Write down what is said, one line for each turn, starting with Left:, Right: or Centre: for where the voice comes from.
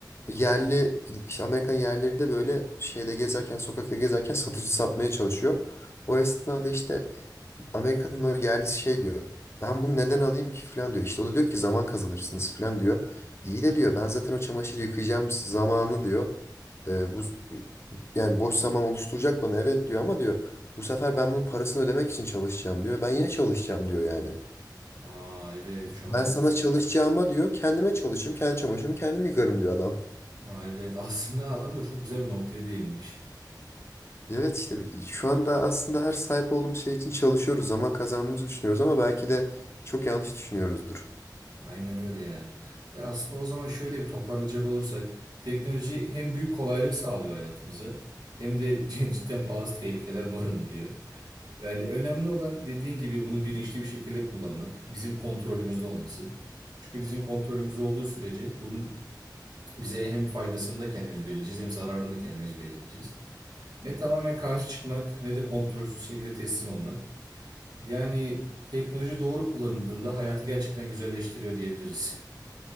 Left: Yerli işte Amerikan yerlileri de böyle şeyde gezerken sokakta gezerken satıcı satmaya çalışıyor. O esnada işte Amerika'nın o yerlisi şey diyor. Ben bunu neden alayım ki falan diyor. İşte o da diyor ki zaman kazanırsınız falan diyor.
Right: Hı
Left: İyi
Right: hı.
Left: de diyor ben zaten o çamaşırı yıkayacağım zamanı diyor. E, bu yani boş zaman oluşturacak bana evet diyor ama diyor bu sefer ben bunun parasını ödemek için çalışacağım diyor. Ben yine çalışacağım diyor yani.
Right: Aa evet şu
Left: Ben
Right: anda
Left: sana çalışacağıma diyor kendime çalışırım, kendi çamaşırımı kendim yıkarım diyor adam.
Right: Aa, evet <laughs> aslında adam da çok güzel bir noktaya değinmiş.
Left: Evet işte şu anda aslında her sahip olduğumuz şey için çalışıyoruz zaman kazandığımızı düşünüyoruz ama belki de çok yanlış düşünüyoruzdur.
Right: Aynen öyle ya. Ya aslında o zaman şöyle bir toparlayacak olursak teknoloji hem büyük kolaylık sağlıyor hayatımıza hem de <laughs> cidden bazı tehlikeler barındırıyor. Yani önemli olan dediğin gibi bunu bilinçli bir şekilde kullanmak, bizim kontrolümüzde olması. Çünkü bizim kontrolümüzde olduğu sürece bunun bize hem faydasını da kendimiz belirleyeceğiz hem zararını da kendimiz belirleyeceğiz. Ne tamamen karşı çıkmak ne de kontrolsüz şekilde teslim olmak. Yani teknoloji doğru kullanıldığında hayatı gerçekten güzelleştiriyor diyebiliriz.